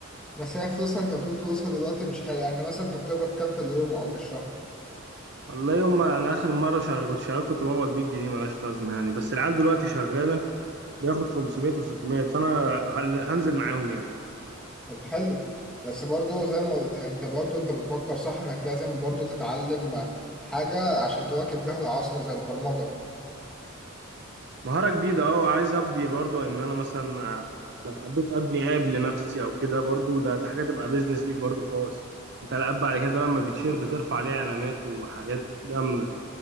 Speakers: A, in the centre; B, on the right.
A: بس هي فلوسها انت بتقول فلوسها دلوقتي مش حلو يعني انت مثلا انت بتقبض كام في اليوم او في الشهر
B: والله يوم ما انا اخر مرة شغال كنت شغال كنت بقبض 100 جنيه ملهاش لازمة يعني بس العيال دلوقتي شغالة بياخد 500 و600 فانا هن- هنزل معاهم يعني
A: طب حلو بس برضو زي ما قلت يعني انت برضو انت بتفكر صح انك لازم برضو تتعلم حاجة عشان تواكب بيها العصر زي البرمجة
B: مهارة جديدة اه وعايز ابدي برضو ان انا مثلا آه، لو حبيت ابني اب لنفسي او كده برضو ده, ده حاجة تبقى بيزنس ليك برضو خالص انت الاب بعد كده لما بتشير بترفع عليه اعلانات وحاجات جامدة